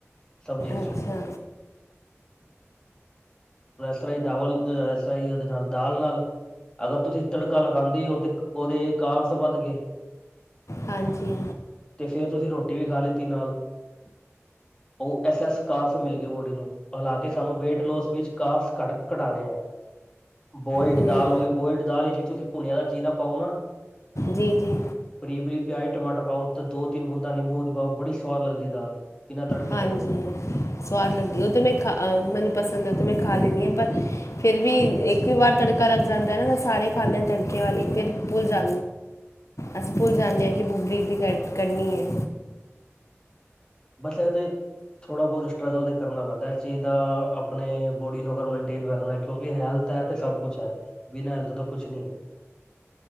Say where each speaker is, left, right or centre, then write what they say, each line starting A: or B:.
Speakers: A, on the left (about 15°); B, on the left (about 80°).
A: ਸਬਜ਼ੀ ਚ।
B: ਅੱਛਾ
A: ਇਸਰ ਦਾਵਲ ਇਸ ਤਰ੍ਹਾਂ ਹੀ ਉਹਦੇ ਨਾਲ ਦਾਲ ਨਾਲ ਅਗਰ ਤੁਸੀਂ ਤੜਕਾ ਲਗਾਉਂਦੇ ਹੋ ਤੇ ਉਹਦੇ ਕਾਬਸ ਵੱਧ ਗਏ
B: ਹਾਂਜੀ
A: ਤੇ ਫੇਿਰ ਤੁਸੀਂ ਰੋਟੀ ਵੀ ਖਾ ਲਿੱਤੀ ਨਾਲ ਉਹ ਐਸ ਐਸ ਕਾਬਸ ਮਿਲ ਗਏ ਬੋਡੀ ਨੂੰ ਹਾਲਾਂਕਿ ਸਾਨੂੰ ਵੇਟ ਲੋਸ ਵਿੱਚ ਕਾਬਸ ਘਟ ਘਟਾਣੇ ਹੈ ਬੋਇਲਡ
B: ਹੂੰ
A: ਦਾਲ ਹੋ ਗਈ ਬੋਇਲਡ ਦਾਲ ਚ ਤੁਸੀਂ ਭੁਣਿਆ ਦਾ ਜੀਰਾ ਪਾਓ ਨਾ।
B: ਜੀ, ਜੀ।
A: ਬਰੀਕ ਬਰੀਕ ਪਿਆਜ ਟਮਾਟਰ ਪਾਓ ਤੇ ਦੋ ਤਿੰਨ ਬੂੰਦਾ ਨਿੰਬੂ ਦੀ ਪਾਓ ਬੜੀ ਸਆਦ ਲੱਗਦੀ ਦਾਲ। ਬਿਨਾਂ ਤੜਕੇ
B: ਹਾਂਜੀ।
A: ਤੋਂ ਵੀ
B: ਸਵਾਦ ਲੱਗਦੀ ਉਹ ਤਾਂ ਮੈਂ ਖਾ ਮੈਨੂੰ ਪਸੰਦ ਆ ਤਾਂ ਮੈਂ ਖਾ ਲੈਂਦੀ ਹਾਂ। ਪਰ ਫਿਰ ਵੀ ਇੱਕ ਵਾਰ ਤੜਕਾ ਲੱਗ ਜਾਂਦਾ ਨਾ ਸਾਰੇ ਖਾਦੇ ਆ ਤੜਕੇ ਵਾਲੀ ਫਿਰ ਭੁੱਲ ਜਾਂ ਅਸ ਭੁੱਲ ਜਾਂਦੇ ਆ ਕਿ <unintelligible> ਹੈ।
A: ਬਸ ਇਹ ਤੇ ਥੋੜ੍ਹਾ ਬਹੁਤ ਸਟਰਗਲ ਤੇ ਕਰਨਾ ਪੈਂਦਾ ਇਸ ਚੀਜ਼ ਦਾ ਆਪਣੇ ਬੋਡੀ ਨੂੰ ਅਗਰ ਮੇਨਟੇਨ ਰੱਖਣਾ ਕਿਉਂਕਿ ਹੈਲਥ ਹੈ। ਤੇ ਸਭ ਕੁਛ ਹੈ। ਬਿਨਾਂ ਹੈਲਥ ਤੋਂ ਕੁਛ ਨਹੀ ਹੈ।